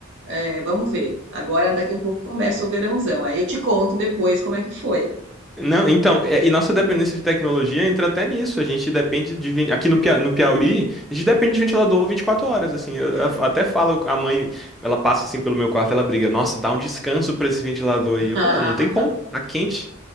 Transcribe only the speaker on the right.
é, vamos ver. Agora, daqui um pouco, começa o verãozão. Aí eu te conto depois como é que foi.
É.
<laughs>